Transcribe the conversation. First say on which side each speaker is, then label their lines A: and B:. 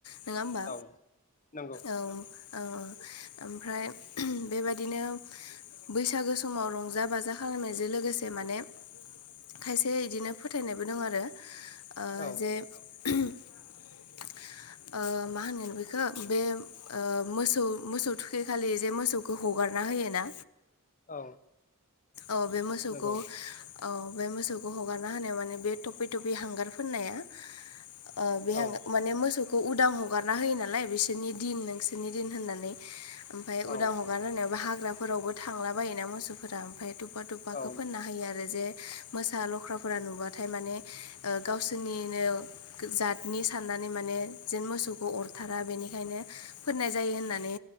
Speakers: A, on the left; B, on the left.
A: नोङा होमबा?
B: औ नंगौ
A: औ औ औ ओमफ्राय बेबाय दिनो बैसागो समाव रंजा-बाजा खालामनायजों लोगोसे माने खायसे इदिनो फोथायनायबो दं आरो ओ
B: औ
A: जे ओ मा होनगोन बेखौ बे ओ मोसौ मोसौ थुखै खालि जे मोसौखौ हगारना होयो ना
B: औ
A: औ बे मोसौखौ
B: नंगौ
A: औ बे मोसौखौ हगारना होनायाव माने बे थफै थफै हांगार फोननाया ओ बे
B: औ
A: हांगा माने मोसौखौ उदां हगारना होयो नालाय बिसोरनि दिन नोंसोरनि दिन होननानै ओमफाय
B: औ
A: उदां हगार होनायावबो हाग्राफोरावबो थांला बायो ना मोसौफोरा ओमफाय थफा थु फाखो
B: औ
A: फोनना होयो आरो जे मोसा लख्राफोरा नुबाथाय माने ओ गावसोरनिनो जातनि साननानै माने जेन मोसौखौ अरथारा। बेनिखायनो फोननाय जायो होननानै